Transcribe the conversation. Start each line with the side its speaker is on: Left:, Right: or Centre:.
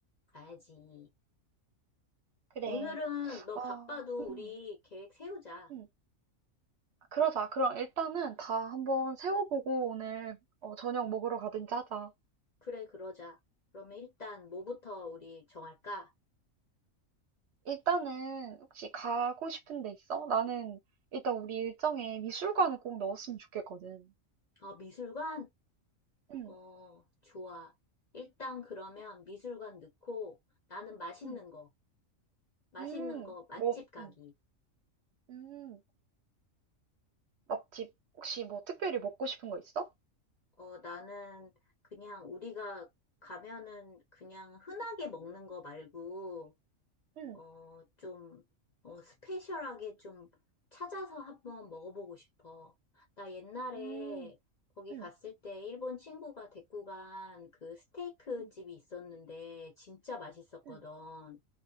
Left: 가야지.
Right: 그래.
Left: 오늘은 너
Right: 아,
Left: 바빠도
Right: 응,
Left: 우리 계획 세우자.
Right: 응. 그러자. 그럼 일단은 다 한번 세워보고 오늘 어, 저녁 먹으러 가든지 하자.
Left: 그래, 그러자. 그러면 일단 뭐부터 우리 정할까?
Right: 일단은 혹시 가고 싶은 데 있어? 나는 일단 우리 일정에 미술관을 꼭 넣었으면 좋겠거든.
Left: 어, 미술관?
Right: 응,
Left: 어, 좋아. 일단 그러면 미술관 넣고 나는 맛있는
Right: 응,
Left: 거. 맛있는
Right: 응.
Left: 거 맛집
Right: 뭐,
Left: 가기.
Right: 응, 응. 맛집 혹시 뭐 특별히 먹고 싶은 거 있어?
Left: 어, 나는 그냥 우리가 가면은 그냥 흔하게 먹는 거 말고,
Right: 응,
Left: 어, 좀, 어, 스페셜하게 좀 찾아서 한번 먹어보고 싶어. 나 옛날에
Right: 응,
Left: 거기
Right: 응,
Left: 갔을 때 일본 친구가 데리고 간 그 스테이크
Right: 응,
Left: 집이 있었는데 진짜 맛있었거든.
Right: 응.